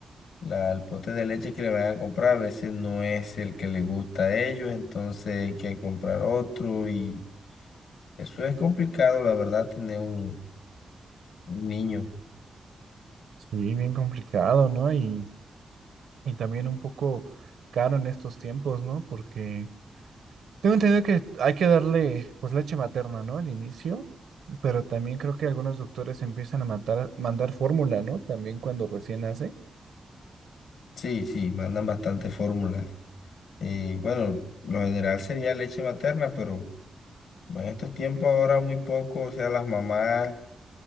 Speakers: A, on the left; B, on the right.
A: La, el pote de leche que le van a comprar a veces no es el que les gusta a ellos, entonces hay que comprar otro y eso es complicado, la verdad, tener un, un niño.
B: Sí, bien complicado, ¿no? Y, y también un poco caro en estos tiempos, ¿no? Porque Tengo entendido que hay que darle pues leche materna, ¿no? Al inicio, pero también creo que algunos doctores empiezan a matar- mandar fórmula, ¿no? También cuando recién nace.
A: Sí, sí, mandan bastantes fórmulas. Y bueno, lo general sería leche materna, pero en estos tiempos ahora muy poco, o sea, las mamás